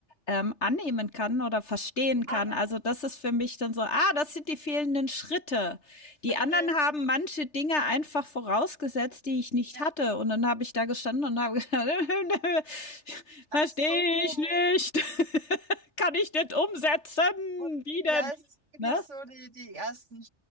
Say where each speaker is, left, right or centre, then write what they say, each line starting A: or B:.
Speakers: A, on the left (about 55°); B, on the right (about 60°).
A: ähm, annehmen kann oder verstehen kann.
B: Ah ja,
A: Also das ist für mich dann so, ah, das sind die fehlenden Schritte. Die
B: okay.
A: anderen haben manche Dinge einfach vorausgesetzt, die ich nicht
B: Ja.
A: hatte. Und dann habe ich da gestanden und habe gedacht, <laughs>
B: Ach
A: verstehe
B: so.
A: ich nicht. <laughs> Kann ich nicht umsetzen.
B: Und
A: Wie denn?
B: ja, es ist wirklich
A: Ne?
B: so die, die ersten,